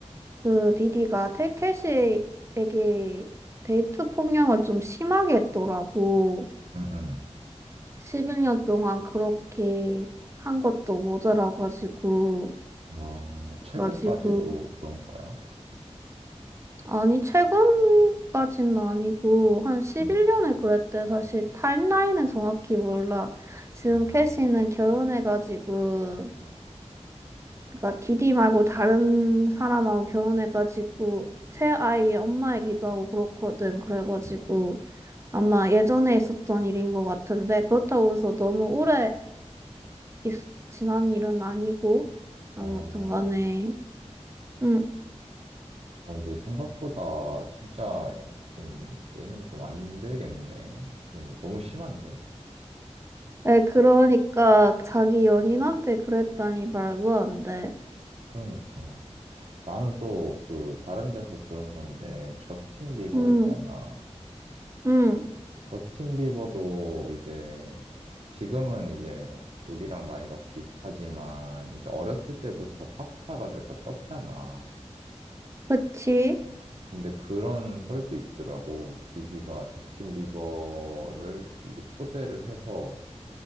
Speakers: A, on the right; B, on the right.
A: 그 디디가 텔시에게 데이트 폭력을 좀 심하게 했더라고.
B: 응, 응.
A: 11년 동안 그렇게 한 것도 모자라가지고,
B: 아, 최근까지도
A: 나 지금,
B: 그런 거야?
A: 아니, 최근까지는 아니고, 한 11년을
B: 응.
A: 그랬대. 사실 타임라인은 정확히 몰라. 지금
B: 어,
A: 캐시는 결혼해가지고,
B: 어,
A: 그러니까 디디 말고 다른 사람하고 결혼해가지고 새 아이의 엄마이기도 하고 그렇거든. 그래가지고
B: 응,
A: 아마 예전에 있었던 일인 것 같은데 그렇다고 해서 너무 오래 있,
B: 응.
A: 지난 일은 아니고 아무튼
B: 어,
A: 간에 응.
B: 어, 근데 생각보다 진짜 좀 얘는 좀 안 되겠네. 좀 너무 심한데?
A: 에 그러니까 자기 연인한테 그랬다니 말도 안 돼.
B: 그러니까. 나는 또 그 다른 데서 들은 건데 저스틴 비버
A: 응
B: 있잖아.
A: 응
B: 저스틴 비버도 이제 지금은 이제 우리랑 나이가 비슷하지만 이제 어렸을 때부터 팝스타가 돼서 떴잖아.
A: 그치?
B: 근데 그런 썰도 있더라고. 디디가 저스틴 비버를 이제 초대를 해서